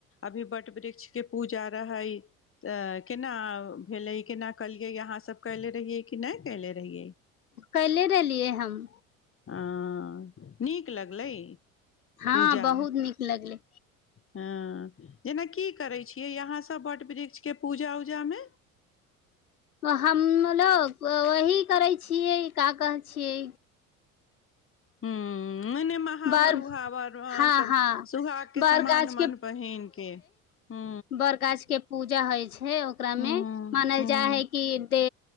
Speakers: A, on the left; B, on the left.
A: अभी वट वृक्ष के पूजा रहै तऽ केना भेलै केना कलियै अहाँसभ कयले रहियै कि नहि कयले रहियै
B: कैले रहलियै हम
A: आँ नीक लगलै
B: हँ
A: पूजा
B: बहुत नीक लगलै
A: हँ जेना की करै छियै अहाँसभ वट वृक्षके पूजा उजामे‌
B: हमलोग वही करै छियै का कहै छियै
A: हूँ ओने म <inaudible> हाँ
B: बड़
A: वरु उहावरु
B: हँ
A: सब
B: हँ
A: सुहाग के
B: बड़
A: समान
B: गाछ
A: पहिनक के हूँ
B: बड़ गाछ के पूजा होइ छै ओकरा
A: हूँ
B: मे मानल
A: हूँ
B: जा हई कि दे